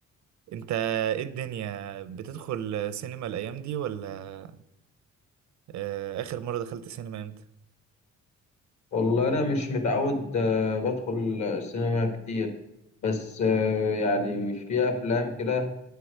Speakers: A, on the right; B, on the left.
A: انت ايه الدنيا بتدخل سينما الايام دي ولا آه، اخر مرة دخلت سينما امتى
B: والله أنا مش متعود آه، بدخل السينما كتير بس آه، يعني في أفلام كده